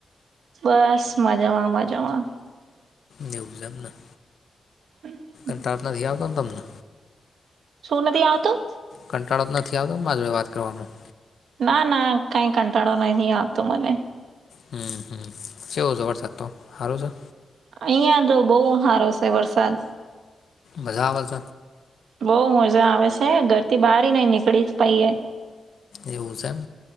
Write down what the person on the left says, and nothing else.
નેવજામના
ક તાત નથી આવતો ને તમને
કંટાળો જ નથી આવતો મા જોડે વાત કરવામાં
હમ હમ શવું છે વરસાદ તો સારું છે.
બજ આવત.
એવું છે એમ